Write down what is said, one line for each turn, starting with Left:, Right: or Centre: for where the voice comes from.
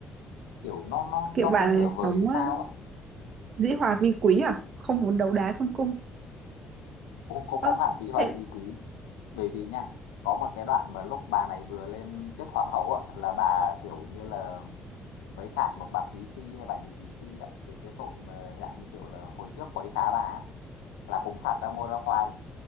Left: kiểu nó nó
Right: kiểu
Left: nó
Right: bà
Left: cứ
Right: này
Left: nửa
Right: sống
Left: vời hay sao
Right: ờ,
Left: á
Right: dĩ hòa vi quý à không muốn đấu đá trong cung
Left: cũng cũng
Right: ơ
Left: không hẳn Vĩ Hòa
Right: thế
Left: Di Quý bởi vì nha có một cái đoạn mà lúc bà này vừa lên chức hoàng hậu á là bà kiểu như là mới phạt một bà Quý Phi hay bà gì gì Phi đó về cái tội mà dạng như kiểu là hồi trước quấy phá bà á, là cũng phạt ra ngô ra khoai